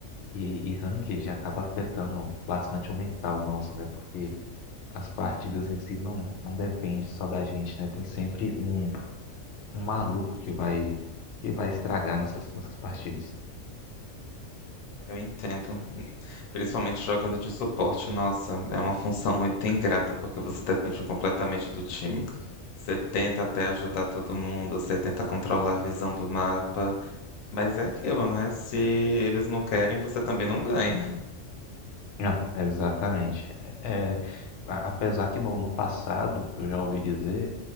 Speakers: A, on the left; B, on the left.
A: E, e ranked acaba afetando bastante o mental nosso, né? Porque as partidas em si não, não depende só da gente, né? Tem sempre um, um maluco que vai, que vai estragar nossas, nossas partidas.
B: Eu entendo. <laughs> Principalmente jogando de suporte, nossa, é uma função muito ingrata, porque você depende completamente do time. Você tenta até ajudar todo mundo, você tenta controlar a visão do mapa, mas é aquilo, né? Se eles não querem, você também não ganha.
A: É, exatamente. É, a- apesar que no, no passado eu já ouvi dizer